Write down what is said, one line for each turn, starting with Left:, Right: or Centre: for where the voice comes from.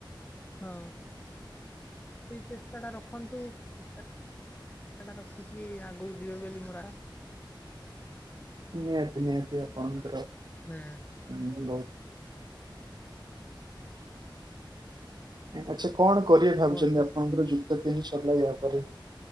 Left: ହଁ। ସେଇ ଚେଷ୍ଟା ଟା ରଖନ୍ତୁ। ଚେଷ୍ଟା ଟା ରଖିକି ଆଗକୁ ଯିବେ ବୋଲି ମୋର ଆ
Right: ନିହାତି, ନିହାତି ଆପଣଙ୍କର
Left: ହୁଁ।
Right: ହୁଁ ବହୁ ଆଚ୍ଛା କଣ
Left: ହୁଁ
Right: କରିବେ
Left: ଆଉ
Right: ଭାବୁଛନ୍ତି,
Left: କୁହନ୍ତୁ
Right: ଆପଣଙ୍କର ଯୁକ ଯୁକ୍ତ ତିନି ସରିଲାଣି ଆପରେ,